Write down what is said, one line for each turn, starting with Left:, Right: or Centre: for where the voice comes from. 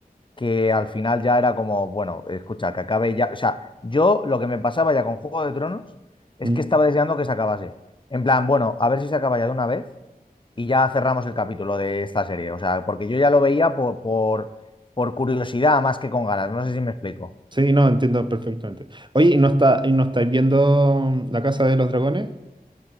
Left: que al final ya era como, bueno, escucha, que acabe ya. O sea, yo lo que me pasaba ya con Juego de Tronos es
Right: Mm,
Left: que estaba deseando que se acabase. En plan, bueno, a ver si se acaba ya de una vez y ya cerramos el capítulo de esta serie. O sea, porque yo ya lo veía por, por, por curiosidad más que con ganas. No sé si me explico.
Right: Sí, no, entiendo perfectamente. Oye, ¿y no está, y no estáis viendo La Casa de los Dragones?